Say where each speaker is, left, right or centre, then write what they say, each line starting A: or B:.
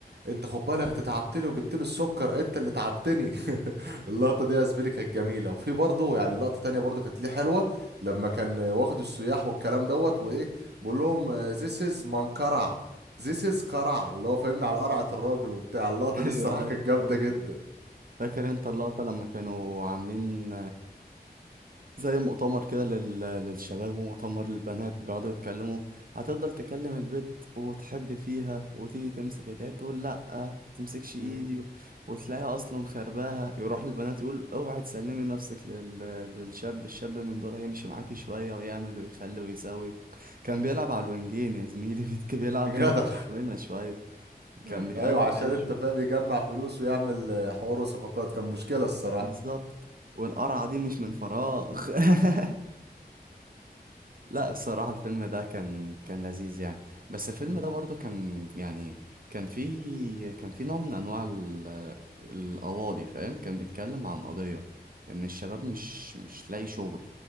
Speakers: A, on the right; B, on the right.
A: انت خد بالك انت تعبت لي وجبت لي السكر انت اللي تعبتني اللقطة دي يا زميلي كانت جميلة وفي برضه يعني لقطة تانية برضه كانت ليه حلوة لما كان واخد السياح والكلام دوت وإيه بقول لهم ذيس از منقرع ذيس از قرع اللي هو فاهمني على قرعة الراجل وبتاع اللقطة
B: <laughs>
A: دي
B: ايوه
A: الصراحة
B: ايوه
A: كانت جامدة
B: ايوه
A: جدا
B: فاكر انت اللقطة لما كانوا عاملين زي مؤتمر كده لل... للشباب ومؤتمر للبنات بيقعدوا يتكلموا هتفضل تكلم البت وتحب فيها وتيجي تمسك ايديها تقول لا تمسكش ايدي
A: مم.
B: و... وتلاقيها اصلا خرباها يروح للبنات يقول اوعي تسلمي نفسك لل... للشاب الشاب من دول هيمشي معاكي شوية ويعمل ويخلي ويسوي كان بيلعب على الوينجين يا زميلي <laughs> بيت- بيلعب
A: جدع
B: هنا هنا شوية
A: <laughs>
B: كان بيقلب
A: أيوة عشان
B: عيشه
A: أنت فاهم يجمع فلوس ويعمل آه، حوار وصفقات كان مشكلة الصراحة
B: بالظبط والقرعة دي مش من فراغ <laughs> لا الصراحة الفيلم ده كان كان لذيذ يعني بس الفيلم
A: مم.
B: ده برضه كان يعني كان في كان في نوع من أنواع ال- القواضي فاهم كان بيتكلم عن قضية إن الشباب مش مش لاقي شغل